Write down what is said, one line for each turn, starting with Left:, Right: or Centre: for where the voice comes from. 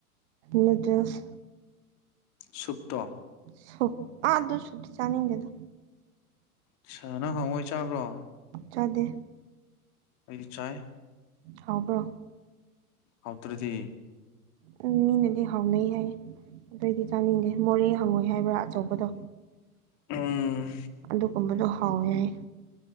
Right: ꯅꯨꯗꯜꯁ
Left: ꯁꯨꯨꯞꯇꯣ
Right: ꯁꯨꯞ ꯑꯗꯨ ꯁꯨꯞ ꯆꯥꯅꯤꯡꯗꯦꯗ
Left: ꯑꯁ ꯅꯪ ꯍꯪꯉꯣꯏ ꯆꯥꯕ꯭ꯔꯣ
Right: ꯆꯥꯗꯦ
Left: ꯑꯩꯗꯤ ꯆꯥꯏ
Right: ꯍꯥꯎꯕ꯭ꯔꯣ
Left: ꯍꯥꯎꯇ꯭ꯔꯗꯤ
Right: ꯎꯝ ꯃꯤꯅꯗꯤ ꯍꯥꯎꯅꯩ ꯍꯥꯏꯌꯦ ꯑꯗꯨ ꯑꯣꯏꯗꯤ ꯆꯥꯅꯤꯡꯗꯦ ꯃꯣꯔꯦ ꯍꯪꯉꯣꯏ ꯍꯥꯏꯕ꯭ꯔꯥ ꯑꯆꯧꯕꯗꯣ
Left: ꯎꯝ
Right: ꯑꯗꯨꯒꯨꯝꯕꯗꯣ ꯍꯥꯎꯋꯦ ꯍꯥꯏꯌꯦ